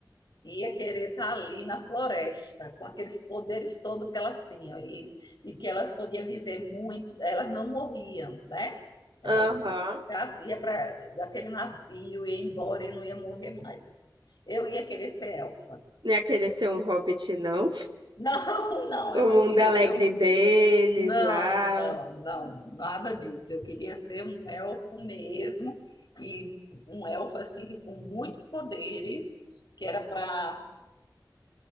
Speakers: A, on the left; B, on the right.
A: Ia querer estar ali na floresta, com aqueles poderes todos que elas tinham. E, e que elas podiam viver muito. Elas não morriam, né? Elas
B: Aham.
A: iam para aquele navio, ia embora e não ia morrer mais. Eu ia querer ser elfa. <laughs>
B: Não ia querer ser um hobbit, não.
A: Não, não,
B: O
A: eu não
B: mundo
A: queria
B: alegre
A: ser uma
B: deles
A: Não,
B: lá.
A: não, não, nada disso. Eu queria ser um elfo mesmo, e um elfo assim que com muitos poderes, que era para